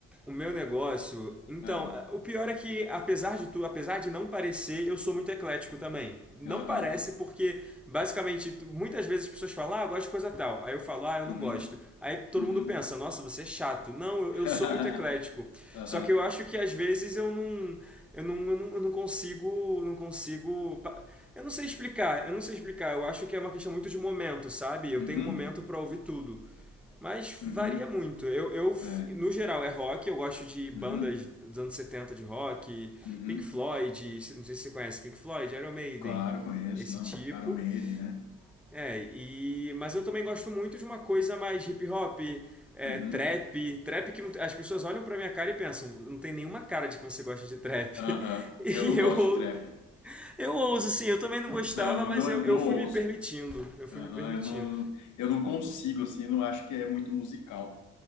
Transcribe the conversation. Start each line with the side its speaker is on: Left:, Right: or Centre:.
Centre: O meu negócio, então,
Left: Ah,
Centre: é, o pior é que apesar de tudo, apesar de não parecer, eu sou muito eclético também. Não
Left: Aham.
Centre: parece porque basicamente muitas vezes as pessoas falam: "Ah, eu gosto de coisa tal". Aí eu falo: "Ah, eu não
Left: Uhum.
Centre: gosto". Aí todo
Left: Uhum.
Centre: mundo pensa: "Nossa, você é chato". Não, eu,
Left: <laughs>
Centre: eu sou muito eclético.
Left: Aham.
Centre: Só que eu acho que às vezes eu não eu não, eu não, eu não consigo, não consigo pa- eu não sei explicar, eu não sei explicar. Eu acho que é uma questão muito de momento, sabe? Eu
Left: Uhum.
Centre: tenho um momento para ouvir tudo. Mas
Left: Uhum.
Centre: varia muito. Eu, eu,
Left: É.
Centre: no geral, é rock. Eu gosto de bandas
Left: Uhum.
Centre: dos anos 70 de rock,
Left: Uhum.
Centre: Pink Floyd, não sei se você conhece Pink Floyd, Iron Maiden,
Left: Claro, conheço,
Centre: esse
Left: não.
Centre: tipo.
Left: Iron Maiden, né?
Centre: É, e, mas eu também gosto muito de uma coisa mais hip hop, é,
Left: Uhum.
Centre: trap. Trap que não- as pessoas olham pra minha cara e pensam, não tem nenhuma cara de que você gosta de trap. <laughs>
Left: Aham.
Centre: E
Left: Eu não
Centre: eu,
Left: gosto de trap.
Centre: eu ouso, assim, eu também não gostava,
Left: Não,
Centre: mas
Left: eu não,
Centre: eu,
Left: eu
Centre: eu
Left: não
Centre: fui
Left: ouço.
Centre: me permitindo. Eu fui
Left: Aham,
Centre: me permitindo.
Left: eu não, eu não consigo, assim, eu não acho que é muito musical.